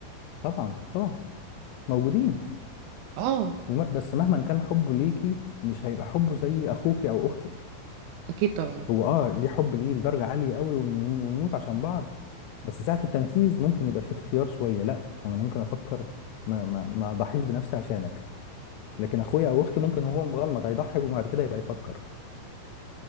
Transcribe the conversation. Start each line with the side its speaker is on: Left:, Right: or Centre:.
Left: طبعا طبعا موجودين
Right: اه
Left: وم- بس مهما كان حبه ليكي مش هيبقى حبه زي اخوك او اختك
Right: اكيد طبعا
Left: هو اه ليه حب ليه لدرجه عاليه قوي ون- ونموت عشان بعض بس ساعه التنفيذ ممكن يبقى فيه اختيار شويه لا انا ممكن افكر ما ما ما اضحيش بنفسي عشانك لكن اخويا او اختي ممكن وهو مغمض هيضحي وبعد كده يبقى يفكر